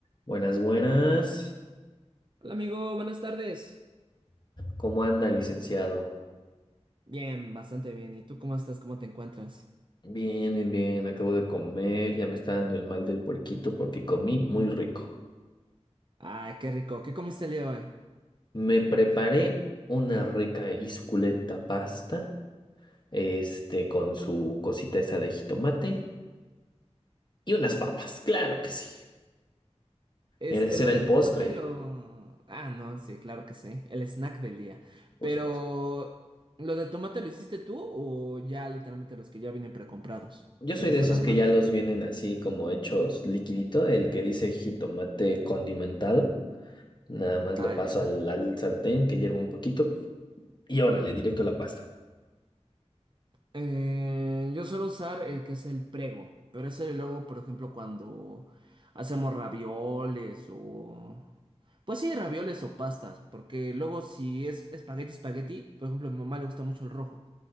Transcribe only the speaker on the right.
Hola amigo, buenas tardes.
Bien, bastante bien. ¿Y tú cómo estás? ¿Cómo te encuentras?
Ay, qué rico. ¿Qué comiste el día de hoy?
Este,
lo
de
jitomate,
lo... Ah, no, sí, claro que sí. El snack del día.
Pero,
¿lo del tomate lo hiciste tú o ya literalmente los que ya vienen precomprados?
Que
ya
están
armados.
Ah,
ya.
Eh, yo suelo usar el que es el prego, pero ese luego, por ejemplo, cuando hacemos ravioles o... Pues sí, ravioles o pastas, porque luego si es espagueti, espagueti, por ejemplo, a mi mamá le gusta mucho el rojo.